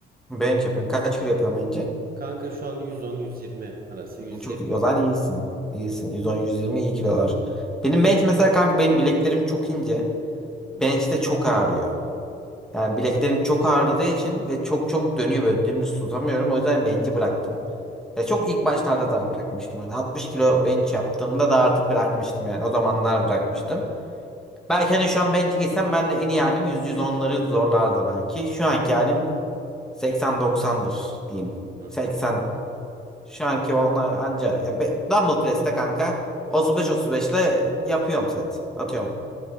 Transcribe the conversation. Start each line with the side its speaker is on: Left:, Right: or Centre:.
Centre: Bench yapıyorsun. Kaç kilo yapıyorsun bence?
Right: Kanka şu an 110-120 arası. 120.
Centre: Çok iyi. O zaman iyisin. İyisin. 110-120 iyi kilolar. Benim bench mesela kanka benim bileklerim çok ince.
Right: Hı hı,
Centre: Bench'te çok ağrıyor. Yani bileklerim çok ağrıdığı için ve çok çabuk dönüyor böyle dümdüz tutamıyorum. O yüzden bench'i bıraktım. Ya çok ilk başlarda daha bırakmıştım. Hani 60 kilo bench yaptığımda da artık bırakmıştım yani. O zamanlar bırakmıştım. Belki hani şu an bench'e gitsem ben de en iyi halim 100-110'ları zorlardı belki. Şu anki halim 80-90'dır diyeyim.
Right: anladım.
Centre: 80. Şu anki onlar anca. Ya be- dumbbell press'te kanka 35-35 ile yapıyorum set. Atıyorum.
Right: Hı hı.